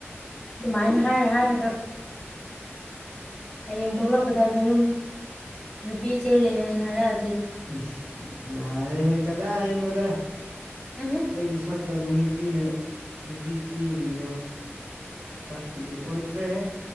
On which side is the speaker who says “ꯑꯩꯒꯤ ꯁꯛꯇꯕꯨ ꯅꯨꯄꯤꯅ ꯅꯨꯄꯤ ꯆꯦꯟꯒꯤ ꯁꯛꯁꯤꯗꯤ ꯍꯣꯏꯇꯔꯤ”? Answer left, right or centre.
Right